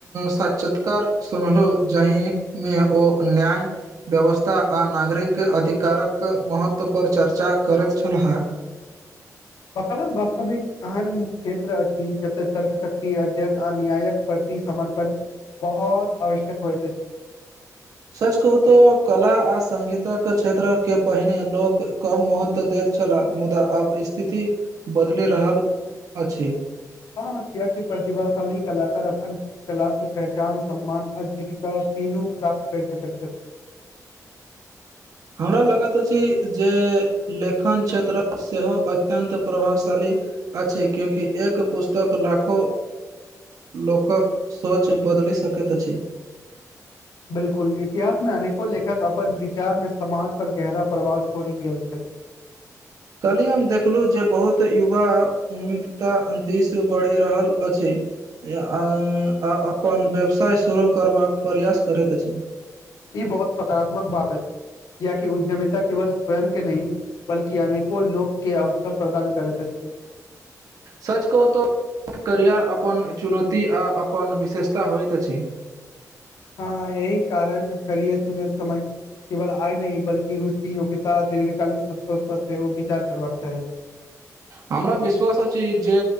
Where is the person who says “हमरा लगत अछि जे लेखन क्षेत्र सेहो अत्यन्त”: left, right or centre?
Right